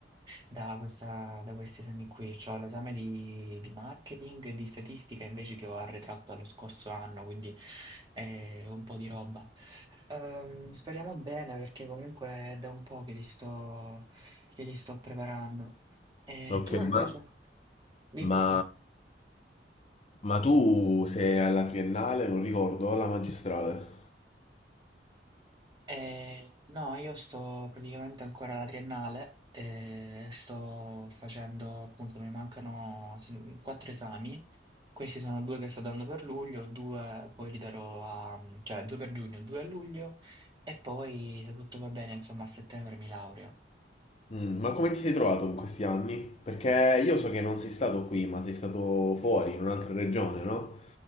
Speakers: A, on the right; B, on the left.
A: da questa- da questi esami qui. Ho l'esame di, di marketing e di statistica invece che ho arretrato dallo scorso anno, quindi è un po' di roba. Ehm, speriamo bene perché comunque è da un po' che li sto, che li sto preparando. E
B: Ok,
A: tu invece?
B: ma,
A: Dimmi,
B: ma,
A: dimmi.
B: ma tu sei alla triennale, non ricordo, o alla magistrale?
A: Eh, no, io sto praticamente ancora alla triennale, eh, sto facendo, appunto, mi mancano se- quattro esami. Questi sono due che sto dando per luglio, due poi li darò a, cioè due per giugno, due a luglio e poi se tutto va bene, insomma, a settembre mi laureo.
B: Mm, ma come ti sei trovato in questi anni? Perché io so che non sei stato qui, ma sei stato fuori, in un'altra regione, no?